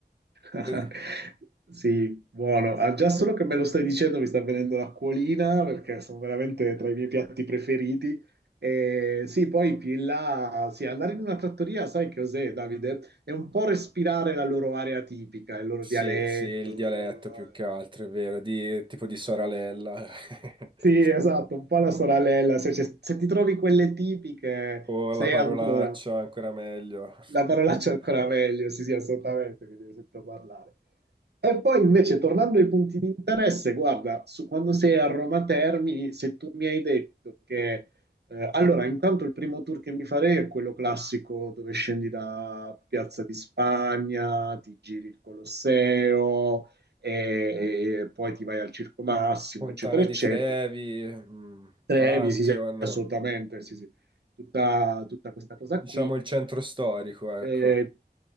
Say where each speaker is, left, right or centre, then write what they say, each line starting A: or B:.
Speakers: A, on the right (about 70°); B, on the right (about 25°).
A: <laughs>
B: Eh,
A: Sì, buono. Ah, già solo che me lo stai dicendo mi sta venendo l'acquolina perché sono veramente tra i miei piatti preferiti. E sì, poi più in là, sì, andare in una trattoria, sai che cos'è, Davide? È un po' respirare la loro area tipica, il loro
B: Sì,
A: dialetto.
B: sì, il dialetto
A: eh.
B: più che altro, è vero, di, tipo di Soralella. <laughs>
A: Sì, esatto, un po' la soralella. Se, c'è- se ti trovi quelle tipiche,
B: O
A: sei
B: la parolaccia,
A: ancora,
B: ancora meglio.
A: la parolaccia
B: <laughs>
A: è ancora meglio, sì, sì, assolutamente, che ti sento parlare. E poi invece tornando ai punti di interesse, guarda, su- quando sei a Roma Termini, se tu mi hai detto che... eh, allora, intanto il primo tour che mi farei è quello classico dove scendi da Piazza di Spagna, ti giri il Colosseo e, e poi ti vai al Circo Massimo,
B: Fontana
A: eccetera, eccetera.
B: di Trevi, mm,
A: Trevi,
B: Pantheon.
A: sì, sì, assolutamente, sì, sì. Tutta, tutta questa cosa
B: Diciamo
A: qui.
B: il centro storico, ecco.
A: Eh,